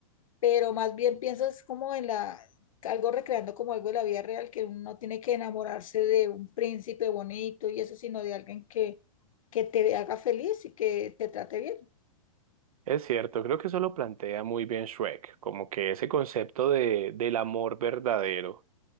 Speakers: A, on the left (about 70°); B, on the right (about 80°).
A: pero más bien pienso es como en la, algo recreando como algo de la vida real, que uno no tiene que enamorarse de un príncipe bonito y eso, sino de alguien que, que te haga feliz y que te trate bien.
B: Es cierto, creo que eso lo plantea muy bien Shrek, como que ese concepto de, del amor verdadero